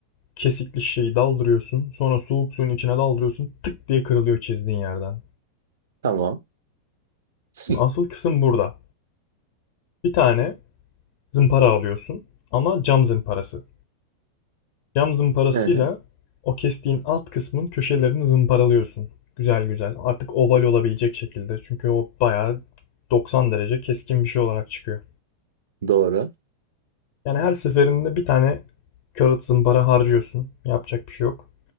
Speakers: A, on the left; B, on the right.
A: kesikli şeyi daldırıyorsun. Sonra soğuk suyun içine daldırıyorsun. Tık diye kırılıyor çizdiğin yerden.
B: Tamam. <laughs>
A: asıl kısım burada. Bir tane zımpara alıyorsun ama cam zımparası. Cam zımparasıyla
B: Hı hı.
A: o kestiğin alt kısmın köşelerini zımparalıyorsun. Güzel güzel. Artık oval olabilecek şekilde. Çünkü o bayağı 90 derece keskin bir şey olarak çıkıyor.
B: Doğru.
A: Yani her seferinde bir tane kağıt zımpara harcıyorsun. Yapacak bir şey yok.